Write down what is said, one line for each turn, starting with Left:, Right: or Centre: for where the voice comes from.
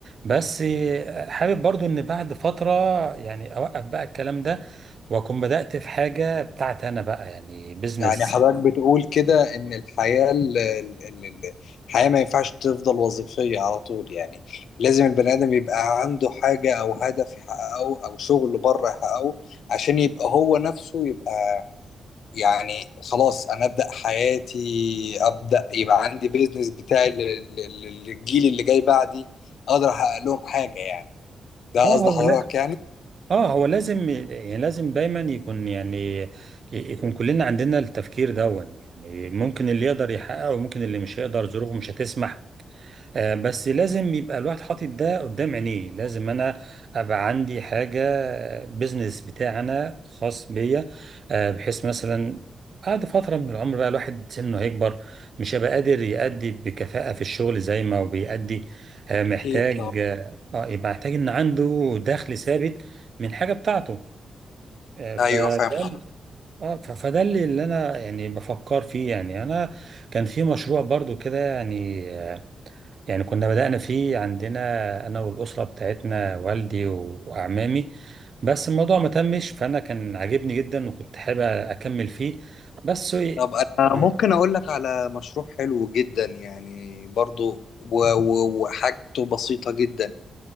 Right: بس آه، حابب برضو إن بعد فترة يعني أوقف بقى الكلام ده وأكون بدأت في حاجة بتاعتي أنا بقى يعني بيزنس
Left: يعني حضرتك بتقول كده ان الحياه ال- ال- ال- ال- الحياه ما ينفعش تفضل وظيفيه على طول يعني لازم البني ادم يبقى عنده حاجه او هدف يحققه او شغل بره يحققه عشان يبقى هو نفسه يبقى يعني خلاص انا ابدا حياتي ابدا يبقى عندي بيزنس بتاعي لل- لل- للجيل اللي جاي بعدي اقدر احقق لهم حاجه يعني ده
Right: اه
Left: قصد حضرتك يعني
Right: اه هو لازم يعني لازم دايما يكون يعني يكون كلنا عندنا التفكير دون يعني ممكن اللي يقدر يحققه وممكن اللي مش هيقدر ظروفه مش هتسمح آه، بس لازم يبقى الواحد حاطط ده قدام عينيه لازم انا ابقى عندي حاجه بيزنس بتاعنا خاص بيا آه، بحيث مثلا بعد فتره من العمر بقى الواحد سنه هيكبر مش هيبقى قادر يأدي بكفاءه في الشغل زي ما هو بيأدي آه، محتاج
Left: اكيد طب
Right: اه آه، يبقى محتاج ان عنده دخل ثابت من حاجه بتاعته آه، فده
Left: ايوه فاهم حضرتك
Right: ال- اه ف- فده اللي اللي انا يعني بفكر فيه يعني انا كان في مشروع برضو كده يعني آه، يعني كنا بدأنا فيه عندنا أنا والأسرة بتاعتنا والدي وأعمامي بس الموضوع ما تمش فأنا كان عاجبني جدا وكنت حابب أكمل فيه بس هو
Left: طب انا
Right: إيه-
Left: ممكن اقول لك على مشروع حلو جدا يعني برضو و- و- وحاجته بسيطه جدا